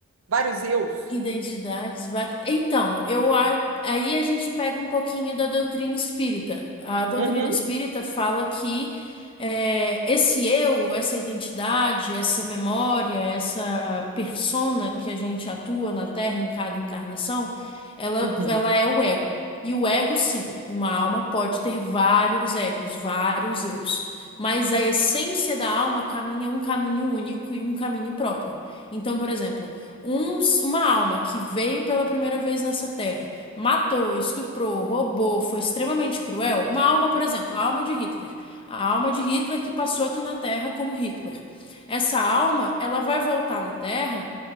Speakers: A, on the right; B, on the left.
A: vários eus.
B: Identidades várias. Então, eu a- aí a gente pega um pouquinho da doutrina espírita. A doutrina
A: Uhum,
B: espírita fala que é, esse eu, essa identidade, essa memória, essa persona que a gente atua na Terra em cada encarnação, ela,
A: uhum.
B: ela é o ego. E o ego, sim, uma alma pode ter vários egos, vários eus. Mas a essência da alma caminha um caminho único e um caminho próprio. Então, por exemplo uns- uma alma que veio pela primeira vez nessa terra, matou, estuprou, roubou, foi extremamente cruel. Uma alma, por exemplo, a alma de Hitler. A alma de Hitler que passou aqui na Terra como Hitler. Essa alma, ela vai voltar na Terra